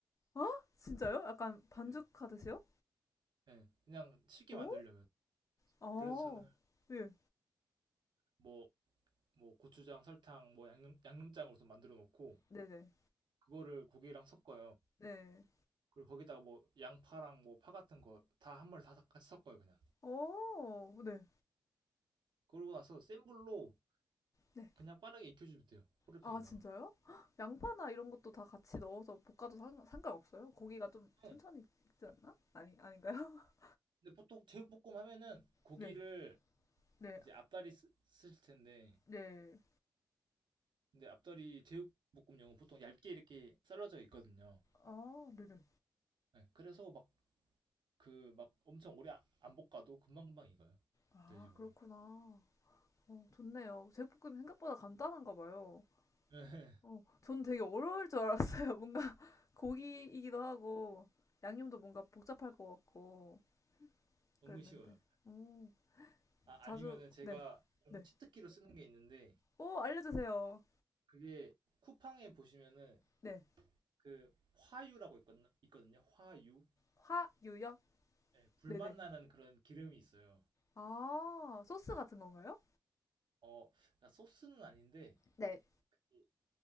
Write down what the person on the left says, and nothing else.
아, 진짜요? 약간 반죽하듯이요?
어?
아.
예.
네네.
네. 네.
어. 네.
네.
아, 진짜요? <gasps> 헉, 양파나 이런 것도 다 같이 넣어서 볶아도 상, 상관없어요? 고기가 좀
천천히 익지 않나? 아니, 아닌가요? <laughs>
네. 네.
네.
아, 네네.
아,
그렇구나. 어, 좋네요. 제육볶음이 생각보다 간단한가 봐요.
어, 저는 되게 어려울 줄 알았어요. <laughs> 뭔가 고기이기도 하고 양념도 뭔가 복잡할 것 같고
그랬는데.
오,
자주
네.
네.
오, 알려주세요.
네.
화유요?
네네.
아, 소스 같은 건가요?
네.